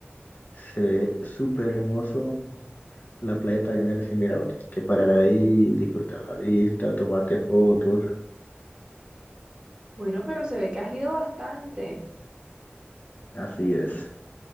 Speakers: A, on the left; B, on the right.
A: Se ve súper hermoso la playa de Taganga en ese mirador. Tienes que parar ahí, disfrutar la vista, tomarte fotos.
B: Bueno, pero se ve que has ido bastante.
A: Así es.